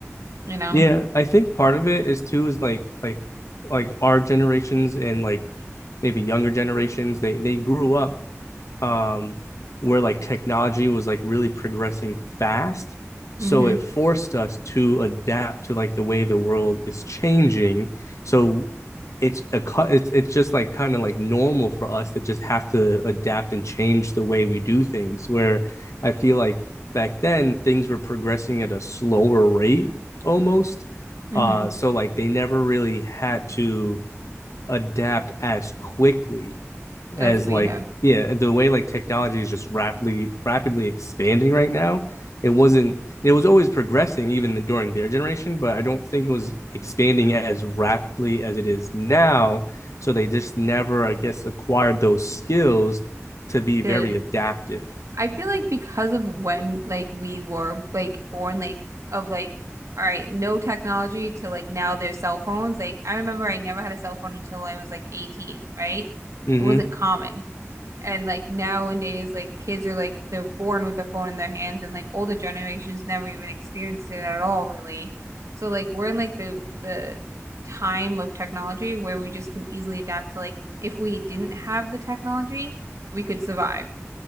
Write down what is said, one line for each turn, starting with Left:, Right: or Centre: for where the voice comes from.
Right: you know?
Left: Yeah, I think part of it is too is like like like our generations and like maybe younger generations they they grew up um, where like technology was like really progressing fast. So
Right: Mm-hmm.
Left: it forced us to adapt to like the way the world is changing. So it's a cu- it's it's just like kind of like normal for us to just have to adapt and change the way we do things. Where I feel like back then things were progressing at a slower rate almost.
Right: Mm-hmm.
Left: Uh, so like they never really had to adapt as quickly as
Right: As we
Left: like
Right: have
Left: yeah the way like technology is just rapidly rapidly expanding right now it wasn't it was always progressing even during their generation but i don't think it was expanding as rapidly as it is now so they just never i guess acquired those skills to be very
Right: did.
Left: adaptive
Right: I feel like because of when like we were like born, like of like all right, no technology to like now there's cell phones. Like I remember I never had a cell phone until I was like 18, right?
Left: hmm
Right: It wasn't common. And like nowadays, like kids are like they're born with a phone in their hands, and like older generations never even experienced it at all, really. So like we're in like the the time of technology where we just can easily adapt to like if we didn't have the technology, we could survive,